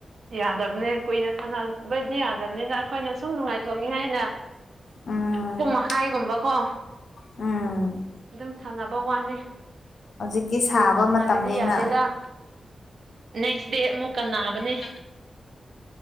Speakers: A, on the right; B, on the left.
A: ꯌꯥꯗꯕꯅꯦ ꯀꯨꯏꯅ ꯁꯥꯟꯅꯕꯗꯤ ꯌꯥꯗꯕꯅꯤꯅ ꯑꯩꯈꯣꯏꯅ ꯁꯨꯝ ꯅꯨꯡꯉꯥꯏꯊꯣꯛꯅꯤꯡꯉꯥꯏ ꯍꯥꯏꯅ
B: ꯎꯝ
A: ꯄꯇꯨꯡ ꯃꯈꯥꯏꯒꯨꯝꯕꯀꯣ
B: ꯎꯝ
A: ꯑꯗꯨꯝ ꯁꯥꯟꯅꯕ ꯋꯥꯅꯤ
B: ꯍꯧꯖꯤꯛꯇꯤ ꯁꯥꯕ
A: ꯀꯨꯏꯅ ꯁꯥꯟꯅꯒꯗꯤ
B: ꯃꯇꯝꯅꯤꯅ
A: ꯌꯥꯗꯦꯗ ꯅꯦꯛꯁ ꯗꯦ ꯑꯃꯨꯛ ꯀꯅꯥꯕꯅꯦ
B: ꯑꯣ